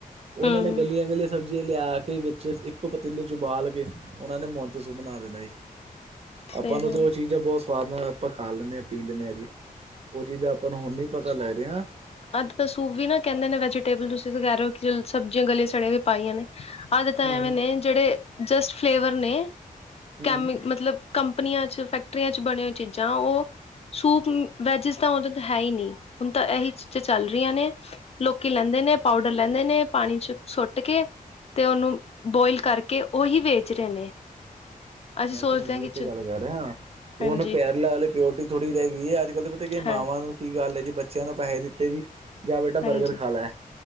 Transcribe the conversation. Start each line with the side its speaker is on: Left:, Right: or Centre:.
Right: ਔਨ੍ਹਾਂ
Left: ਹਮ
Right: ਨੇ ਗਲੀਆਂ-ਗਲੀਆਂ ਸਬਜ਼ੀਆਂ ਲੇਆ ਕੇ ਵਿੱਚ, ਇੱਕੋ ਪਤੀਲੇ ਇੱਚ ਉਬਾਲ ਕੇ, ਔਨ੍ਹਾਂ ਨੇ ਮੋਨਚੋ ਸੂਪ ਬਣਾ ਦੇਨਾ ਜੀ। ਅਪਾਂ
Left: ਸਹੀ
Right: ਨੂੰ
Left: ਗੱਲ
Right: ਤੇ ਔ ਚੀਜ਼ਾਂ ਬੌਤ ਸਵਾਦ ਨਾਲ ਆਪਾਂ ਖਾ ਲੈਣੇ, ਪੀ ਲੈਣੇ ਆ ਜੀ। ਔਹ ਚੀਜ ਆਪਾਂ ਨੂੰ ਹੁਣ ਨਈ ਪਤਾ ਲਗ ਰੀ ਨਾ?
Left: ਅੱਜ ਤਾਂ ਸੂਪ ਵੀ ਨਾ ਕਹਿੰਦੇ ਨੇ ਵੈਜੀਟੇਬਲ, ਤੁਸੀਂ ਤੇ ਕੇਹ ਰਏ ਔ ਕਿ ਚਲ ਸਬਜੀਆਂ ਗਲੇ ਸੜੇ ਹੋਏ ਪਾਈਆਂ ਨੇ। ਆਦੇ
Right: ਹੂੰ
Left: ਤਾਂ ਐਵੇਂ ਨੇ, ਜੇਅੜੇ ਜਸਟ ਫਲੇਵਰ ਨੇ,
Right: ਹੂੰ
Left: ਕੈਮੀ ਮਤਲਬ ਕੰਪਨੀਆਂ ਚ, ਫੈਕਟਰੀਆਂ ਚ ਬਨੇ ਹੋਏ ਚੀਜਾਂ, ਔਹ ਸੂਪ ਵੈਜਿਸ ਤਾਂ ਉਦੇ ਤੇ ਹੈ ਹੀ ਨੀ ਹੁਣ ਤਾ ਇਹੀ ਚੀਜ਼ਾਂ ਚੱਲ ਰਹੀਆਂ ਨੇ। ਲੋਕੀ ਲੈਂਦੇ ਨੇ ਪਾਊਡਰ ਲੈਂਦੇ ਨੇ ਪਾਣੀ ਸੁੱਟ ਕੇ ਤੇ ਉਹਨੂੰ ਬੋਇਲ ਕਰਕੇ ਉਹੀ ਵੇਚ ਰਹੇ ਨੇ। ਅਸੀਂ
Right: ਮੈਂ
Left: ਸੋਚਦੇ
Right: ਤਾ ਨੋਵਾ
Left: ਹਾਂ
Right: ਉੱਤੇ
Left: ਕਿ
Right: ਗੱਲ ਕਹਿ ਰਿਹਾ ਹੁਣ
Left: ਹਾਂਜੀ
Right: ਪੈਰਲਾ ਆਲੇ ਪਿਓਰਟੀ ਥੋੜੀ ਰਹਿ ਗਈ ਅੱਜ ਕੱਲ ਤੇ ਫੇ ਤਾ ਕੀ
Left: ਹੈ
Right: ਮਾਵਾਂ ਨੂੰ ਕੀ ਗੱਲ ਏ ਬੱਚਿਆਂ ਨੂੰ ਪੈਹੈ ਦਿੱਤੇ ਜੀ ਜਾ ਬੇਟਾ
Left: ਹਾਂਜੀ
Right: ਬਰਗਰ ਖਾਲੈ